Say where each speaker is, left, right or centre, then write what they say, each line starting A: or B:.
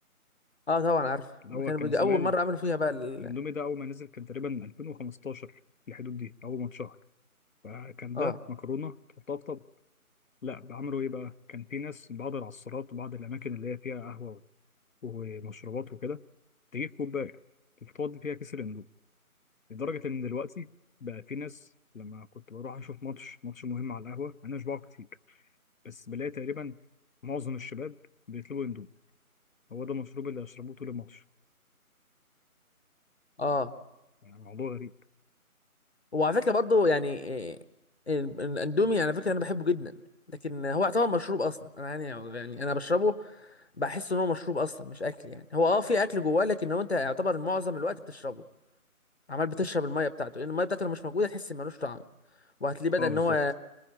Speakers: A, on the left; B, on the left.
A: اه طبعا عارف
B: اللي
A: ما
B: هو
A: كانوا
B: كان
A: بيجي
B: زمان
A: اول مره عملوا فيها بقى ال...
B: الأندومي ده أول ما نزل كان تقريبا 2015 في الحدود دي أول ما اتشهر فكان
A: اه
B: ده مكرونة تحطها في طبق لا بعملوا إيه بقى كان في ناس من بعض العصارات وبعض الأماكن اللي هي فيها قهوة ومشروبات وكده تجيب كوباية تفضي فيها كيس الاندومي لدرجة إن دلوقتي بقى في ناس لما كنت بروح أشوف ماتش ماتش مهم على القهوة أنا مش بقعد كتير بس بلاقي تقريبا معظم الشباب بيطلبوا اندومي هو ده المشروب اللي أشربوه طول الماتش
A: اه
B: يعني موضوع غريب
A: وعلى فكره برضو يعني إيه، ال- الاندومي على فكره انا بحبه جدا لكن هو يعتبر مشروب اصلا انا يعني يعني انا بشربه بحس ان هو مشروب اصلا مش اكل يعني هو اه في اكل جواه لكن هو انت يعتبر معظم الوقت بتشربه عمال بتشرب الميه بتاعته لان الميه بتاعته لو مش موجوده تحس إن ملوش طعم وهتلاقيه بدأ
B: أه
A: ان
B: بالظبط
A: هو